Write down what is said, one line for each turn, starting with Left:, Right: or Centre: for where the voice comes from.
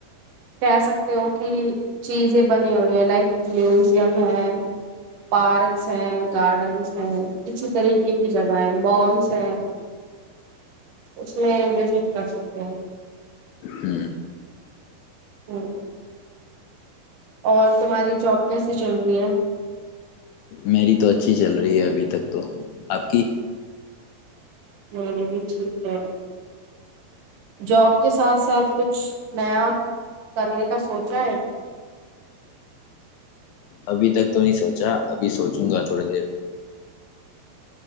Right: کہہ سکتے ہو کہ چیزیں بنی ہوئی ہیں لائک میوزیم ہے پارکس ہیں گارڈنس ہیں اسی طریقے کی جگہیں مالس ہیں اس میں وز رکھ سکتے ہیں
Left: ہ
Right: ہوں اور تمہاری جاب کیسے چل رہی ہے
Left: میری تو اچھی چل رہی ہے ابھی تک تو آپ کی
Right: مری بھی ٹھیک ہے جاب کے ساتھ ساتھ کچھ نیا کرنے کا سوچا ہے <unintelligible>
Left: ابھی تک تو نہیں سوچا ابھی سوچوں گا تھوڑی دیر